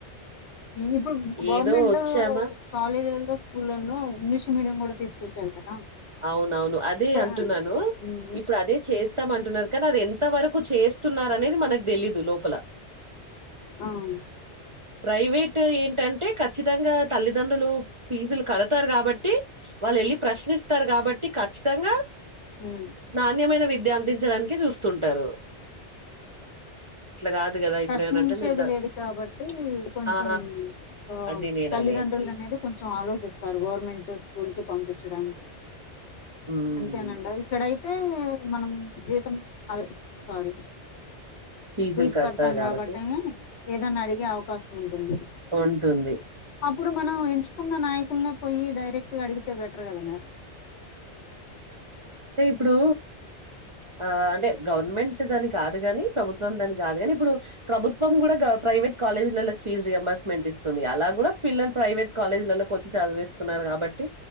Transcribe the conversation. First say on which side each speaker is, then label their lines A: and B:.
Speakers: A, on the left (about 75°); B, on the right (about 40°).
A: ఇప్పుడు గవర్నమెంటు
B: ఏదో వచ్చామా
A: కాలేజీలలో స్కూళ్లలో ఇంగ్లీష్ మీడియం కూడా తీసుకొచ్చారు కదా.
B: అవునవును అదే
A: ప్ర
B: అంటున్నాను
A: మ్మ్
B: ఇప్పుడు అదే చేస్తాం అంటున్నారు. కానీ అది ఎంత వరకు చేస్తున్నారు. అనేది మనకు తెలీదు లోపల
A: మ్మ్
B: ప్రైవేట్ క్ట్ ఏంటంటే ఖచ్చితంగా తల్లిదండ్రులు ఫీజులు కడతారు కాబట్టి వాళ్ళు వెళ్ళి ప్రశ్నిస్ స్తారు కాబట్టి క ఖచ్చితంగా
A: మ్మ్
B: నాణ్యమైన విద్ అందించడానికే చూస్తుంటారు. గాదు గదా!
A: ప్రశ్నించేది
B: ఇప్పుడేమనంటే మీరు డ
A: లేదు కాబట్టి కొంచెం
B: ఆ!
A: ఆ
B: అది నేననేది.
A: తల్లిదండ్రులు అనేది కొంచెం ఆలోచిస్తారు గవర్నమెంట్ స్కూల్ కి పంపి చ్చడానికి
B: హ్మ్.
A: అంతేనండి ఐ ఇక్కడయి అయితే మనం జీతం అవే మరి
B: ఫీజులు
A: ఫీజు
B: కడతారు
A: కడతాం
B: గాబట్టి
A: కాబట్టి ఏదన్నా అడిగే అవకాశం ఉంటుంది.
B: ఉంటుంది.
A: అప్ ఇప్పుడు మనం ఎంచుకున్న నాయకులనే పోయి డైరెక్ట్ గా అడిగితే బెటర్ కదా మేడం
B: ఇప్పుడూ ఆ అంటే గవర్నమెంట్ ప్రైవేట్ దని కాదు గాని ప్రభుత్వంది అని కాదు గాని ఇప్పుడు ప్రభుత్వం కూడా ప్రైవేట్ కాలేజీలలకి ఫీజ్ రియంబర్స్మెంట్ ఇస్తుంది. అలా కూడా పిల్లల్ ప్రైవేట్ కాలేజీలలో కొంచం చదువేసి స్తున్నారు కాబట్టి